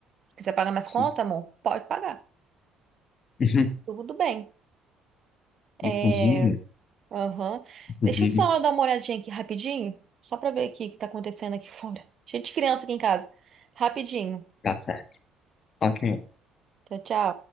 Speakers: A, on the right; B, on the left.
A: Precisa pagar mais
B: sim.
A: conta, amor? Pode pagar.
B: <laughs>
A: Tudo bem.
B: Inclusive,
A: É, aham.
B: inclusive,
A: Deixa eu só dar uma olhadinha aqui rapidinho, só pra ver aqui o que tá acontecendo aqui <laughs> fora. Cheio de criança aqui em casa. Rapidinho.
B: tá certo. Ok,
A: Tchau, tchau.